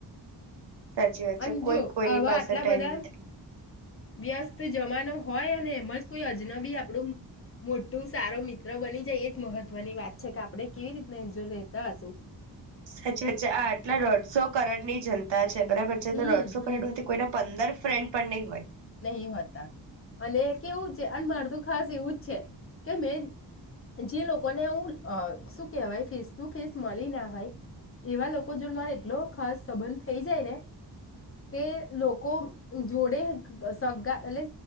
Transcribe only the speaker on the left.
અને
જો
આવા
આટલા
બધા
વ્યસ્ત તો જમાનો હોય અને એમાં જ કોઈ અજન બી આપડુ મોટું સારો મિત્ર બની જાય એજ મહત્વની વાત છે, કે આપણે કેવી રીતના એની જોડે રહેેતા હશુ.
હમ
હમ
નહી હોતા અને કેવું છે અને માર તો ખાસ એવુંજ છે કે મેં જે લોકોને હું શું કેહેવાય ફેસ ટુ ફેસ મલી ના હોય, એવા લોકો જોડે મારે એટલો ખાસ સંબંધ થઈ જાય ને કે લોકો જોડે સગગા એટલે